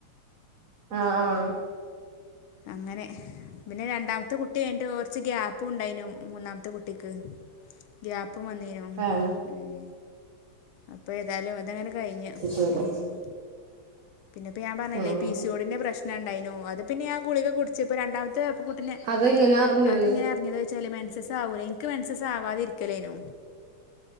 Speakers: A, on the right; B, on the left.
A: ആ ആ
B: അങ്ങനെ പിന്നെ രണ്ടാമത്തെ കുട്ടി കഴിഞ്ഞിട്ട് കുറച്ച് ഗ്യാപ്പു ഉണ്ടായിനു മൂന്നാമ ത്തെ കുട്ടിക്ക് ഗ്യാപ്പും വന്നീനു
A: ആഹ്
B: ഉം അപ്പൊ ഏതായാലും അതങ്ങനെ കഴിഞ്ഞ്
A: ശരി
B: ഉം പിന്നെപ്പോ ഞാൻ പറഞ്ഞില്ലേ
A: ഉം
B: ഈ പി സി യൊഡിന്റെ പ്രശ്ണം ഉണ്ടായിനു അത് പിന്ന ഞാൻ ഗുളിക കുടിച്ച് ഇപ്പോ രണ്ടാമത്തെ കുട്ടിനെ
A: അതെങ്ങനെ അറിഞ്ഞത്
B: അതെങ്ങനെ അറിഞ്ഞത് വെച്ചാല് മെൻസസ് ആവൂല എനിക്ക് മെനസസാവാതിരിക്കലേനു